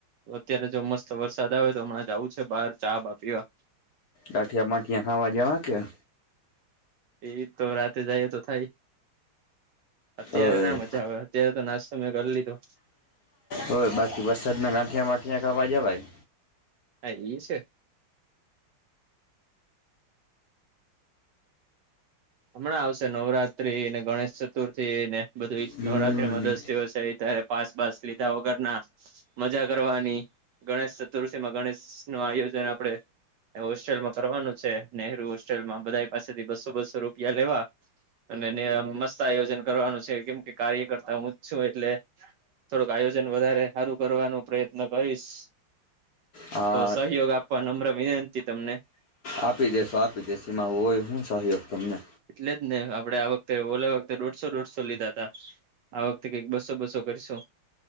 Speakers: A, on the right (about 70°); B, on the left (about 60°).
A: અત્યારે જો મસ્ત વરસાદ આવે તો હમણાં જવું છે બાર ચા બાપીવા-
B: ગાઠિયા બાાઠિયા ખાવા જવા કે-
A: એ તો રાતે જાયએ તો થાય અત્યારે
B: ઓય
A: ના મજા આવે અત્યારે તો નાસ્તો મેં કરી લીધો
B: હો બાકી વરસાદના ગાંઠિયા માઠિયા ખાવા જવાય
A: હા એઈ છે હમણાં આવશે નવરાત્રી ને ગણેશ ચતુર્થી ને બધું
B: હમ
A: નવરાત્રીમાં દસ છે ત્યારે પાસ બાસ લીધા વગર ના મજા કરવાની ગણેશ ચતુર્થીમાં ગણેશ નું આયોજન આપડે હોસ્ટેલમાં કરવાનું છે નનેહરુ હોસ્ટેલમાં બધા પાસેથી બસો બસો રૂપિયા લેવા અને મસ્ત આયોજન કરવાનું છે કેમ કે કાર્ય કરતા હું જ છું એટલે થોડુંક આયોજન વધારે હારું કરવાનો પ્રયત્ન કરીશ
B: હા
A: તો સહયોગ આપવા નમ્ર વિનંતી તમને
B: આપી દેેશો આપી દેશ એમાં હોય હું સહયોગ તમને
A: એટલે જ ને આપડે આ વખતે બોલ વખતે દોઢસો દોઢસો લીધા હતા આ વખતે કઈક બસો બસો કરીશો